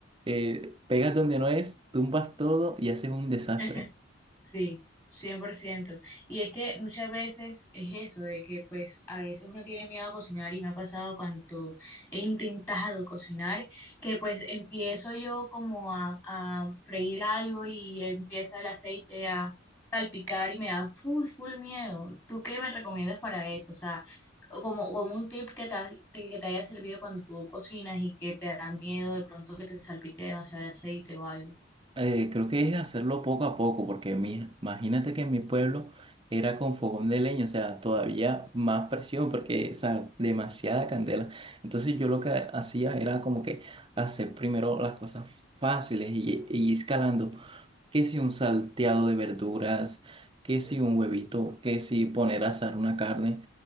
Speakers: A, on the right (about 25°); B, on the left (about 20°).
A: eh, pegas donde no es, tumbas todo y haces un desastre.
B: <laughs> Sí, 100%. Y es que muchas veces es eso, de que pues a veces uno tiene miedo a cocinar y me ha pasado cuando he intentado cocinar, que pues empiezo yo como a, a freír algo y empieza el aceite a salpicar y me da full, full miedo. ¿Tú qué me recomiendas para eso? O sea, como, como un tip que te, ha- que te haya servido cuando tú cocinas y que te da miedo de pronto que te salpique demasiado el aceite o algo.
A: Eh, creo que es hacerlo poco a poco, porque mi, imagínate que en mi pueblo era con fogón de leña, o sea, todavía más presión, porque, o sea, demasiada candela. Entonces yo lo que hacía era como que hacer primero las cosas fáciles y, y escalando que si un salteado de verduras, que si un huevito, que si poner a asar una carne